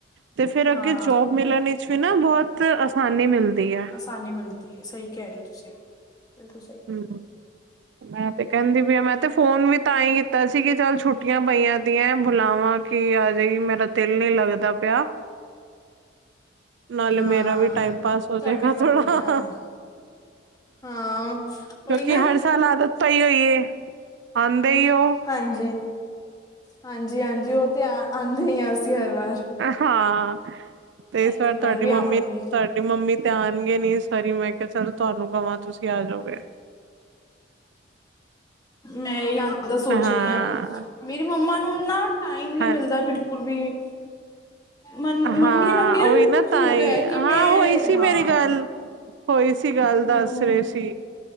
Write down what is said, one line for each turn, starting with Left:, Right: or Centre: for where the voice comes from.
Right: ਤੇ ਫੇਰ
Left: ਹਾਂ
Right: ਅੱਗੇ ਜੋਬ ਮਿਲਣ ਵਿੱਚ ਵੀ, ਨਾ ਬਹੁਤ ਆਸਾਨੀ ਮਿਲਦੀ ਹੈ।
Left: ਆਸਾਨੀ ਮਿਲਦੀ ਹੈ। ਸਹੀ ਕਹਿ ਰਹੇ ਹੋ ਤੁਸੀਂ ਬਿਲਕੁਲ ਸਹੀ ਕਹਿ
Right: ਹੂੰ
Left: ਰਹੇ
Right: ਮੈਂ ਤੇ ਕਹਿੰਦੀ ਪਈ ਮੈਂ, ਤੇ ਫੋਨ ਵੀ ਤਾਂ ਹੀ ਕੀਤਾ ਸੀ। ਕਿ ਚੱਲ ਛੁੱਟੀਆਂ ਪਈਆਂ ਦੀਆਂ ਬੁਲਾਵਾਂ। ਕੀ ਆ ਜਾਏਗੀ। ਮੇਰਾ ਦਿਲ ਨੀ ਲੱਗਦਾ ਪਿਆ। ਨਾਲੇ
Left: ਹੋ। ਹਾਂ
Right: ਮੇਰਾ ਵੀ ਟਾਈਮ ਪਾਸ ਹੋਜੇਗਾ
Left: ਤੁਹਾਡੇ ਕੋਲ
Right: ਥੋੜਾ
Left: ਵੀ
Right: ਆ
Left: ਹਾਂ
Right: ਹਾ।
Left: ਹਾਂ ਉਹੀ
Right: ਬਾਕੀ
Left: ਨਾ
Right: ਹਰ ਸਾਲ ਆਦਤ ਪਈ ਹੋਈਏ, ਆਂਦੇ ਈ ਔ।
Left: ਹਾਂਜੀ, ਹਾਂਜੀ-ਹਾਂਜੀ ਔਹ ਤੇ ਆ, ਆਂਦੇ ਹੀ ਆ ਅਸੀ‌ ਹਰ ਵਾਰ।
Right: ਹਾਂ ਤੇ ਇਸ
Left: ਐਤਕੀ
Right: ਵਾਰ ਤੁਹਾਡੀ
Left: ਵੀ
Right: ਮੰਮੀ
Left: ਆਵਾਂਗੇ
Right: ਤੁ ਮੰਮੀ ਤੇ ਆਨਗੇ ਨੀ ਇਸ ਵਾਰੀ ਮੈਂ ਕਹਾ ਚੱਲ ਤੁਹਾਨੂੰ ਕਵਾਂ ਤੁਸੀਂ ਆ ਜਾਓਗੇ
Left: ਮੈਂ ਹੀ ਆਨ ਦਾ ਸੋਚ
Right: ਹਾਂ
Left: ਨੀ ਆ ਮੇਰੀ ਮੰਮਾ ਨੂੰ ਨਾ ਟਾਈਮ ਨੀ
Right: ਹਾਂ
Left: ਮਿਲਦਾ ਬਿਲਕੁਲ ਵੀ ਮੰ ਮੰਮੀ
Right: ਹਾਂ
Left: ਮੰਮੀ
Right: ਉਹੀ ਨਾ ਤਾਂ
Left: ਹੋ
Right: ਹੀ
Left: ਗਿਆ
Right: ਹਾਂ
Left: ਕਿ ਮੈਂ
Right: ਹੋਈ ਸੀ
Left: ਹਾਂ
Right: ਮੇਰੀ ਗੱਲ ਹੋਈ ਸੀ ਗੱਲ ਦੱਸ
Left: ਹਮ
Right: ਰਹੇ ਸੀ